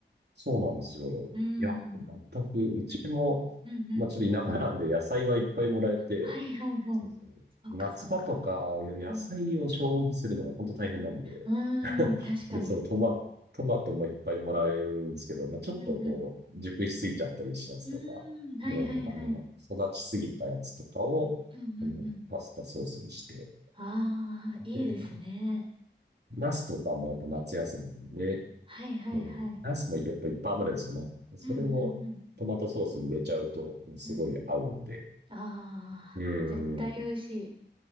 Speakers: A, on the right; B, on the right.
A: そうなんですよ。
B: うーん。
A: いや、全く、うちも、
B: うんうん。
A: まあ、ちょっと田舎なんで野菜はいっぱいもらえて、
B: はいはいはい。
A: そうそう。
B: そうかそうか。
A: 夏場とか、いや野菜を消費するのが本当大変なんで、
B: うん。うーん、確かに。
A: で、そう、トマ、トマトもいっぱいもらえるんですけど、まあ、ちょっとこう、
B: うんうん。
A: 熟しすぎちゃったりしたやつとか、
B: うーん、はいはいはい。
A: うん、あの、育ちすぎたやつとかを、
B: うんうんうん。
A: うん、パスタソースにして、
B: ああ、いいですね。
A: で、ナスとかもやっぱ夏野菜なんで、
B: はいはいはい。
A: うん、ナスもやっぱいっぱい余るんですよね。それをトマトソースに入れちゃうと、
B: うんうんうん。
A: もうすごい合うんで、
B: うんあ
A: う
B: あ、絶対美味しい。
A: ん、